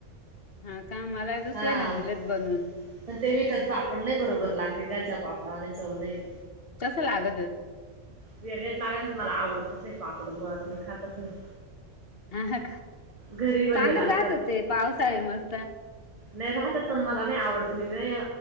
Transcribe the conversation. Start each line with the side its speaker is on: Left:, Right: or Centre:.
Left: हा का मला दुसऱ्याने
Right: हा
Left: दिलेत बनवून.
Right: पण ते विकत पापड नाही बरोबर लागत, घरच्या पापडा वाणी चव नाही.
Left: कसं लागतं?
Right: वेगळच लागतं मला आवडतच नाही, पापड मुळात नाही खातच नाही.
Left: हा ह
Right: घरी बनवेला
Left: सांगत
Right: असला
Left: राहत होते पावसाळ मस्त.
Right: नाही राहतात पण मला नाही आवडत न.